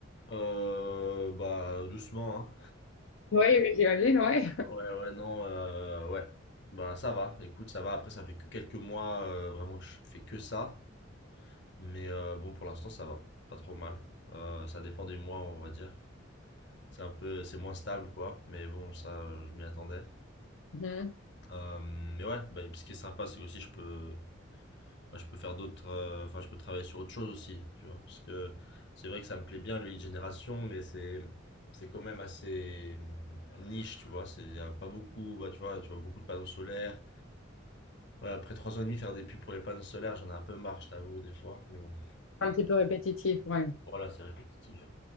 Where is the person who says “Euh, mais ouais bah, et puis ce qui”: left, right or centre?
Left